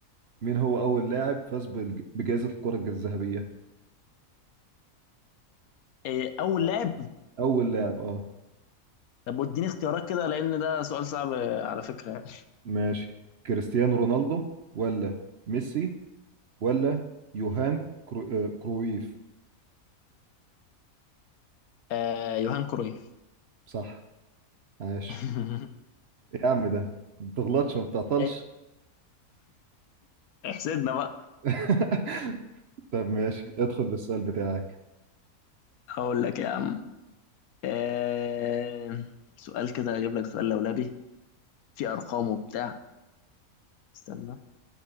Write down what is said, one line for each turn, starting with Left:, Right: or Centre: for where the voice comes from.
Right: مين هو اول لاعب فاز بالج- بجائزة الكرة الج- الذهبية
Left: إيه أول
Right: آه،
Left: لاعب
Right: اول لاعب اه
Left: طب اديني اختيارات كده لأن ده سؤال صعب آه، على فكرة يعني
Right: ماشي كريستيانو رونالدو ولا ميسي ولا يوهان كرو... آه، كرويف
Left: آه يوهان كرويف
Right: صح عاش
Left: <laughs>
Right: إيه يا عم ده ما بتغلطش وما بتعطلش
Left: إيه، احسدنا بقى
Right: <laughs> طب ماشي ادخل بالسؤال بتاعك
Left: هقول لك يا عم آه سؤال كده هجيب لك سؤال لولبي في ارقام وبتاع استنى